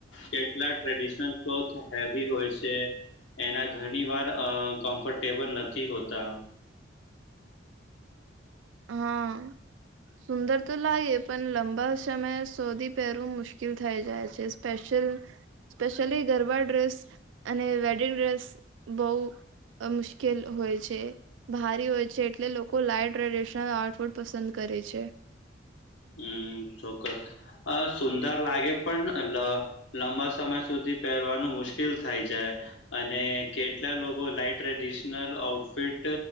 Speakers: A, on the left; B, on the right.
A: કેટલા ટ્રેડિશનલ ક્લોથ હે હોય છે એના ઘણી વાર કમ્ફર્ટેબલ નથી હોતા.
B: હમ. સુંદર તો લાગે પણ લંબા સમયે શોધી પહેરવું મુશ્કેલ થઈ જાય છે સ્પેશલ સ્પેશલી ગરબા ડ્રેસ અને વેડિંગ ડ્રેસ બહુ મુશ્કેલ હોય છે ભારી હોય છે એટલે લોકો લાાઈટ ટડિશનલ આર્ટફૂડ પસંદ કરે છે
A: હમ ચોક્કસ અ સુંદર લાગે પણ લંબા સમય સુધી પહેરવાનું મુશ્કેલ થાય જાય અને કેટલા લોકો લાાઈટ ટ્રેડિશનલ આઉટફિટ